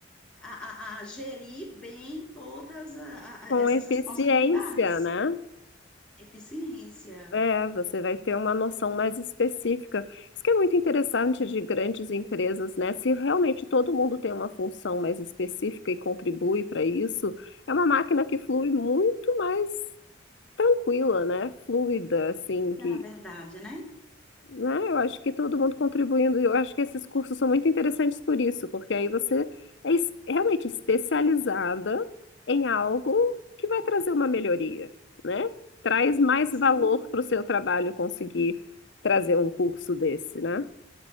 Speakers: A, in the centre; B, on the left (about 65°).
A: a, a- a gerir bem todas a- a-
B: com
A: essas
B: eficiência,
A: responsabilidades.
B: né?
A: Eficiência,
B: É, você vai ter uma noção mais específica. Isso que é muito interessante de grandes empresas, né? Se realmente todo mundo tem uma função mais específica e contribui para isso, é uma máquina que flui muito mais tranquila, né? Fluida, assim,
A: na
B: que,
A: verdade, né?
B: né? Eu acho que todo mundo contribuindo, e eu acho que esses cursos são muito interessantes por isso, porque aí você é es- realmente especializada em algo que vai trazer uma melhoria, né? Traz mais
A: Sim.
B: valor para o seu trabalho conseguir trazer um curso desse, né?